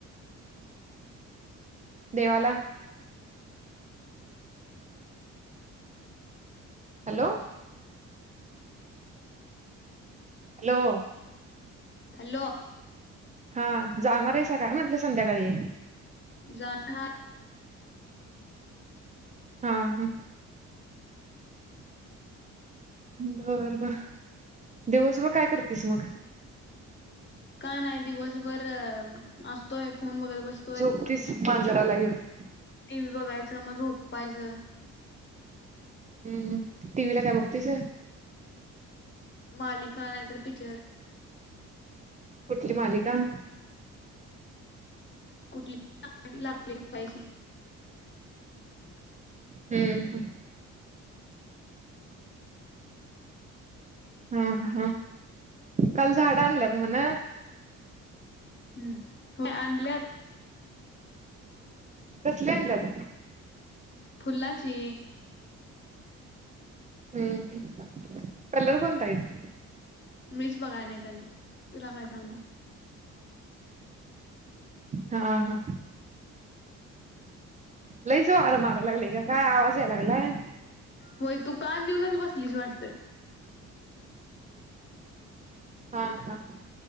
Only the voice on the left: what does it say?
<inaudible>
हॅलो.
जाणार
का नाही. दिवसभर असतोय फोन बघत बसतो.
टी‌. व्ही. बघायचं मग झोपायचं.
मालिका नाहीतर पिक्चर.
कुठली लागली
हम्. मे अनल्यात
फुल्लाची.
मीच बघाय नाहीत आणि तुला काय सांगू?
होय तू कान देऊनच बसलीस वाटत.